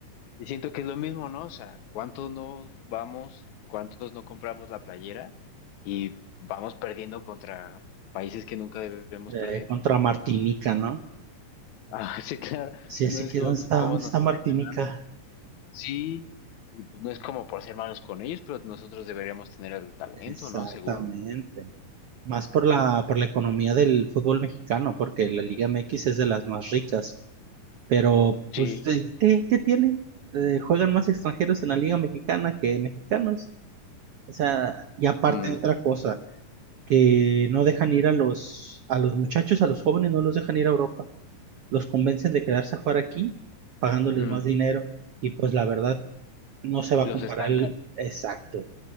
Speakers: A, on the left; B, on the right.
A: Y siento que es lo mismo, ¿no? O sea, ¿cuántos no vamos, cuántos no compramos la playera y vamos perdiendo contra países que nunca debemos
B: Eh,
A: perder?
B: contra Martinica, ¿no?
A: Ah, <laughs> sí, claro.
B: Sí,
A: No
B: así
A: es
B: que
A: como
B: ¿dónde
A: que
B: está?
A: cómo
B: ¿Dónde
A: nos
B: está Martinica?
A: están ganando. Sí, y pues no es como por ser malos con ellos, pero nosotros deberíamos tener el talento,
B: Exactamente.
A: ¿no? Según.
B: Más por la, por la economía del fútbol mexicano, porque la Liga MX es de las más ricas. Pero,
A: Sí.
B: pues, eh, ¿qué, qué tiene? Eh, juegan más extranjeros en la Liga Mexicana que mexicanos. O sea, y aparte
A: Mm,
B: otra cosa. que no dejan ir a los, a los muchachos, a los jóvenes, no los dejan ir a Europa. Los convencen de quedarse a jugar aquí, pagándoles
A: ujú.
B: más dinero, y pues la verdad no se va
A: Los
B: a comparar
A: estancan,
B: el exacto.